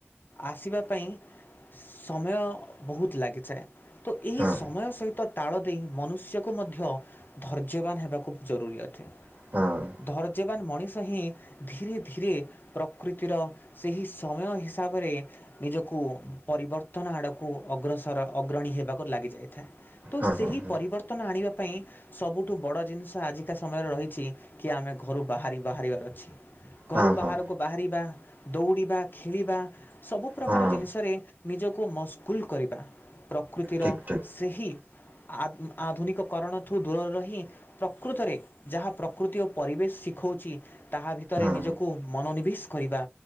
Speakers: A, on the left; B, on the right.
A: ଆସିବା ପାଇଁ ସମୟ ବୋହୁତ ଲାଗିଯାଏ। ତ ଏହି
B: ହୁଁ
A: ସମୟ ସହିତ ତାଳ ଦେଇ ମନୁଷ୍ୟକୁ ମଧ୍ୟ ଧୈର୍ଯ୍ୟବାନ ହେବାକୁ ଜରୁରୀ ଅଟେ।
B: ହଁ।
A: ଧୈର୍ଯ୍ୟବାନ ମଣିଷ ହିଁ ଧୀରେ ଧୀରେ ପ୍ରକୃତିର ସେହି ସମୟ ହିସାବରେ ନିଜକୁ ପରିବର୍ତ୍ତନ ଆଡକୁ ଅଗ୍ରସର ଅଗ୍ରଣୀ ହେବାକୁ ଲାଗି ଯାଇଥାଏ। ତ
B: ହୁଁ
A: ସେହି
B: ହୁଁ ହୁଁ।
A: ପରିବର୍ତ୍ତନ ଆଣିବା ପାଇଁ ସବୁଠୁ ବଡ଼ ଜିନିଷ ଆଜିକା ସମୟରେ ରହିଛି କି ଆମେ ଘରୁ ବାହାରି ବାହାରିବାର ଅଛି ଘରୁ
B: ହଁ ହଁ
A: ବାହାରକୁ ବାହାରିବା ଦୌଡ଼ିବା ଖେଳିବା ସବୁ ପ୍ରକାର
B: ହଁ
A: ଜିନିଷରେ ନିଜକୁ ମସଗୁଲ୍ କରିବା ପ୍ରକୃତିର
B: ଠିକ୍ ଠିକ୍
A: ସେହି ଆ ଆଧୁନିକ କରଣଠୁ ଦୂରରେ ରହି ପ୍ରକୃତରେ ଯାହା ପ୍ରକୃତି ଓ ପରିବେଶ ଶିଖୋଉଛି ତାହା ଭିତରେ
B: ହଁ
A: ନିଜ କୁ ମନୋନିବେଶ କରିବା